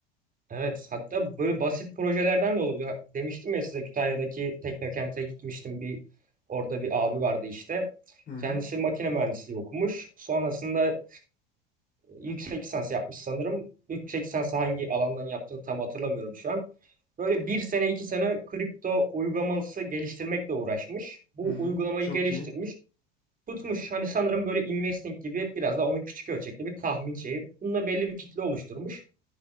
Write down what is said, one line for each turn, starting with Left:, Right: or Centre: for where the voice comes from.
Right: Evet, hatta böyle basit projelerden de olabilir. Demiştim ya size Kütahya'daki Teknokent'e gitmiştim. Bir orada bir abi vardı işte.
Left: Hı hı.
Right: Kendisi makine mühendisliği okumuş. Sonrasında yüksek lisans yapmış sanırım. Yüksek lisansı hangi alandan yaptığını tam hatırlamıyorum şu an. Böyle bir sene iki sene kripto uygulaması geliştirmekle uğraşmış. Bu
Left: Hı hı.
Right: uygulamayı
Left: Çok
Right: geliştirmiş.
Left: iyi.
Right: Tutmuş hani sanırım böyle investing gibi biraz da onun küçük ölçekli bir tahmin şeyi. Bununla belli bir kitle oluşturmuş